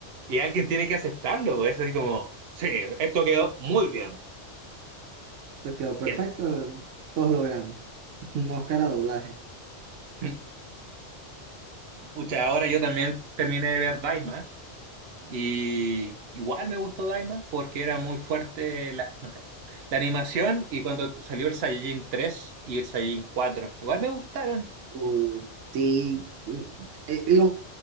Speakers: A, on the right; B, on the right.
A: Y alguien tiene que aceptarlo, pues, así como, sí, esto quedó muy bien.
B: Te quedó perfecto,
A: Quedó.
B: todos lo verán. Un Oscar a doblaje.
A: <laughs> Pucha, ahora yo también terminé de ver Daima y igual me gustó Daima porque era muy fuerte la, no sé, la animación y cuando salió el Saiyajin 3 y el Saiyajin 4 igual me gustaron.
B: Uh, sí, mm, eh, eh, los